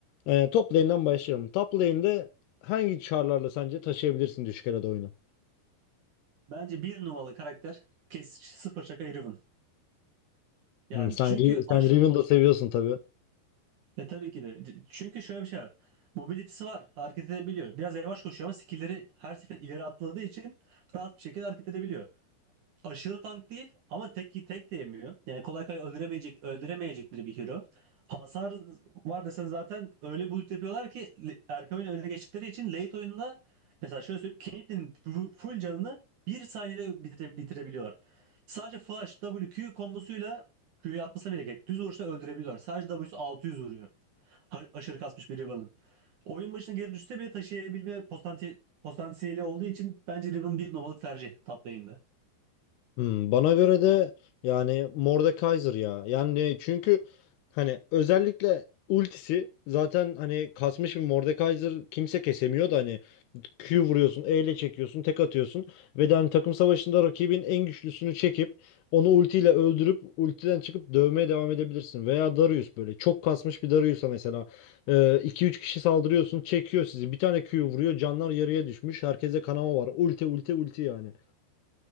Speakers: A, on the left; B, on the right.
A: Ee, top lane'den başlayalım. Top lane'de hangi char'larla sence taşıyabilirsin düşük elo'da oyunu?
B: Bence bir numaralı karakter kes sıfır şaka Riven. Yani
A: Hmm, sen
B: çünkü
A: Ri-
B: aş
A: sen Riven'ı da seviyorsun tabii.
B: e tabii ki de. C- Çünkü şöyle bir şey var. Mobility'si var. Hareket edebiliyor. Biraz yavaş koşuyor ama skill'leri her sefer ileri atladığı için rahat bir şekilde hareket edebiliyor. Aşırı tank değil ama tek tek de yemiyor. Yani kolay kolay öldüremeyecek, öldüremeyecekleri bir hero. Hasar var desen zaten öyle bir build yapıyorlar ki le- erken oyun öne geçtikleri için late oyunda mesela şöyle söyleyeyim Caitlyn'in bu- full canını bir saniyede bitire, bitirebiliyorlar. Sadece flash w q kombosuyla Q'yu atmasa bile gerek. Düz vuruşla öldürebiliyorlar. Sadece W'su 600 vuruyor. Ha- Aşırı kasmış bir Riven'ın. Oyun başına geri düşse bile taşıyabilme potansi- potansiyeli olduğu için bence Riven bir numaralı tercih top lane'de.
A: Hmm, bana göre de yani Mordekaiser ya. Yani çünkü hani özellikle ultisi zaten hani kasmış bir Mordekaiser kimse kesemiyor da hani Q vuruyorsun, E ile çekiyorsun, tek atıyorsun ve de hani takım savaşında rakibin en güçlüsünü çekip onu ultiyle öldürüp ultiden çıkıp dövmeye devam edebilirsin. Veya Darius böyle çok kasmış bir Darius'a mesela iki üç kişi saldırıyorsun, çekiyor sizi. Bir tane Q vuruyor, canlar yarıya düşmüş. Herkese kanama var. Ulti ulti ulti yani.